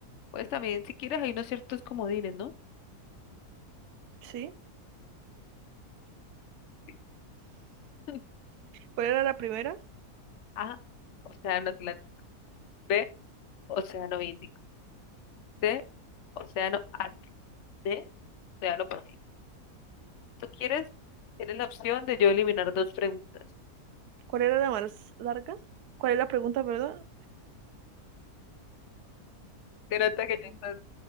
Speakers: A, on the left; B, on the right.
A: Pues también, si quieres, hay unos ciertos comodines, ¿no?
B: ¿Sí?
A: <laughs> Sí.
B: ¿Cuál era la primera?
A: A, Océano Atlántico. B, Océano Índico. C, Océano Ártico. D, Océano Pacífico. Si Tú quieres, tienes la opción de yo eliminar dos preguntas.
B: ¿Cuál era la más larga? ¿Cuál es la pregunta, perdón?
A: Se nota que ya estás-